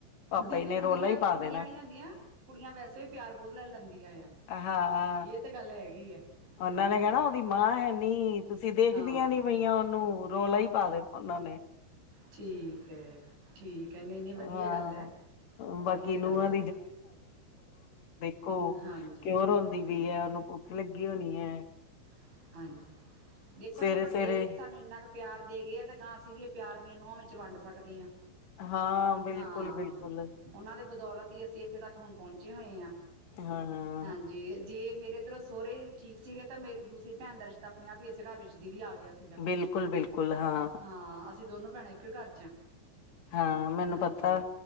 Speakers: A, on the left (about 50°); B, on the right (about 75°).
A: ਪਾਪਾ
B: ਦੀਦੀ
A: ਜੀ ਨੇ
B: ਗੁੜੀਆਂ
A: ਰੌਲਾ ਹੀ ਪਾ
B: ਕੁੜੀਆਂ
A: ਦੇਣਾ
B: ਨਹੀਂੀ ਹੁੰਦੀਆਂ ਕੁੜੀਆਂ ਵੈਸੇ ਵੀ ਪਿਆਰ ਬਹੁਤ ਲੈ ਲੈਂਦੀਆਂ ਆ
A: ਹਾਂ
B: ਇਹ ਤੇ ਗੱਲ ਹੈਗੀ ਆ
A: ਉਹਨਾਂ
B: ਹਾਂ
A: ਨੇ ਕਹਿਣਾ ਉਹਦੀ ਮਾਂ ਹੈਨੀ ਤੁਸੀਂ ਦੇਖਦੀਆਂ
B: ਹਾਂ।
A: ਨੀ ਨੂੰ ਰੌਲਾ ਹੀ ਪਾ ਦੇ ਉਹਨਾਂ ਨੇ
B: ਠੀਕ ਹੈ ਠੀਕ ਹੈ ਨਹੀਂ ਨਹੀਂ ਵਧੀਆ
A: ਹਾਂ
B: ਗੱਲ ਹੈ ਵਧੀਆ
A: ਬਾਕੀ ਨੂੰਹਾਂ
B: ਗੱਲ ਹੈ
A: ਘ
B: ਹਾਂਜੀ,
A: ਕਿਉਰ ਹੋਂਦੀ ਵੀਈ
B: ਹਮ
A: ਹੈ ਉਹਨੂੰ ਭੁੱਖ ਲੱਗੀ ਕੀ ਹੋਣੀ ਹੈ
B: <unintelligible> ਦੇਖੋ
A: ਸਵੇਰੇ
B: ਜੇ ਵੱਡੇ
A: ਸਵੇਰੇ
B: ਸਾਨੂੰ ਇੰਨਾ ਕੁ ਪਿਆਰ ਦੇ ਗਏ ਆ ਤਾਂ ਗਾਂ ਅਸੀਂ ਵੀ ਇਹ ਪਿਆਰ ਵੀੀਆਂ ਨੂੰਹਾਂ ਵਿੱਚ ਵੰਡ ਸਕਦੇ ਹਾਂ
A: ਹਾਂ ਬਿਲਕੁਲ
B: ਹਾਂ
A: ਬਿਲਕੁਲ
B: ਉਹਨਾਂ ਦੇ ਬਦੌਲਤ ਅਸੀਂ ਇੱਥੇ ਤੱਕ ਹੁਣ ਪਹੁੰਚੇ ਹੋਏ ਹਾਂ
A: ਹਾਂ
B: ਹਾਂਜੀ ਜੇ ਮੇਰੇ ਇੱਰੋਂ ਸਹੁਰਰੇ ਠੀਕ ਸੀਗੇ ਤਾਂ ਮੇਰੀ ਦੂਸਰੇ ਭੈਣ ਦਾ ਰਿਸ਼ਤਾ ਆਪਣੇ ਆਪ ਹੀ ਇਸੇ ਘਰ ਵਿੱਚ ਦੀਦੀ ਆ ਗ ਗਿਆ ਸੀਗਾ
A: ਬਿਲਕੁਲ ਬਿਲਕੁਲ ਹਾਂ
B: ਹਾਂ ਅਸੀਂ ਦੋਨੋ ਭੈਣਾਂ ਇੱਕੋ ਕਰ ੱਚਾ
A: ਹਾਂ ਮੈਨੂੰ
B: ਹਾਂਜੀ
A: ਪਤਾ